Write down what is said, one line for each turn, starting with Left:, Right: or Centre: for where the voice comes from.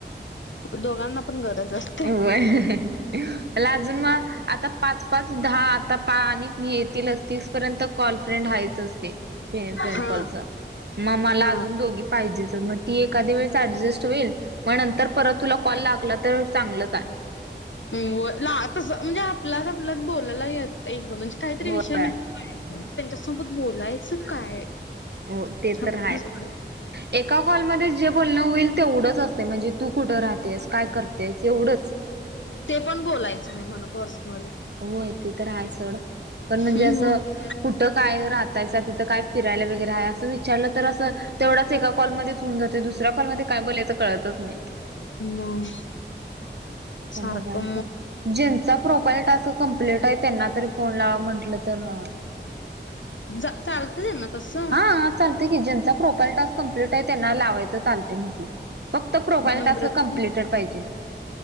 Left: दोघांना पण गरज असते
Right: होय <unintelligible> मला लाजून आता पाच पाच दहा आता पा आणि येतीलच तीस पर्यंत कॉलर्फ्रेंड हायतच ते ते फ्रेंड
Left: हा
Right: कॉलचा मग मला
Left: हा
Right: अजून दोघी पाहिजेच मग ती एखाद्या वेळेस ऍडजस्ट होईल मग नंतर परत तुला कॉल लागला तर चांगलच आहे.
Left: <unintelligible> व ला तस म्हणजे आपला आपल्यात बोलायला येत म्हणजे काहीतरी
Right: होय
Left: विषय निघतोय. त्यांच्यासोबत बोलायचं काय.
Right: हो ते
Left: आपणच
Right: तर आहे एक. एका कॉलमध्येध्ये जे बोलणं होईल ते एवढंच असते म्हणजे तू कुठं राहतेस काय करतेस एवढंच.
Left: ते पण बोलायचं नाही म्हन पर्सनल.
Right: होय ते तर आहे सड पण म्हणजे
Left: मग
Right: असं कुठं काय राहतायसा तिथं काय फिरायला वगैरे आहे असं विचारलं तर असं तेवढाच एका कॉलमध्येच होऊन जाते दुसऱ्या कॉलमध्येध्ये काय बोलायचं कळतच नाही.
Left: मग.
Right: आता
Left: सारखं
Right: बघायचं ज्यांचा प्रोफाईल टास्क कम्प्लीट आहे त्यांना तरी फोन लावा म्हंटलं तर ह.
Left: जा चालत तेना तसं.
Right: हा चालत की ज्यांचा प्रॉपर टास्क कमप्लीट आहे त्यांना लावायचं चालते म्हटलं. फक्त प्रोफाईल
Left: नम्रता
Right: टास्क कमप्लीटेड पाहिजे.